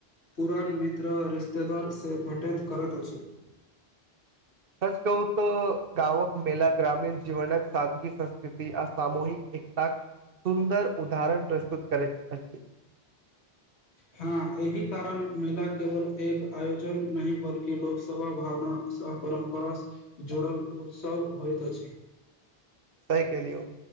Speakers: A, on the left; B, on the right.
A: पुरान मित्र रिश्तेदार से भेट करैत अछि
B: <unintelligible> सच कहू तऽ गाँवक मेला ग्रामीण जीवनक सादगी संस्कृति आ सामूहिक सुन्दर उदाहरण प्रस्तुत करैत अछि
A: हँ एहि कारण मेला केवल एक आयोजन नहि बल्कि लोकसभा भावना परम्परा जोड़ल उत्सव होइत छै
B: सही कलियौ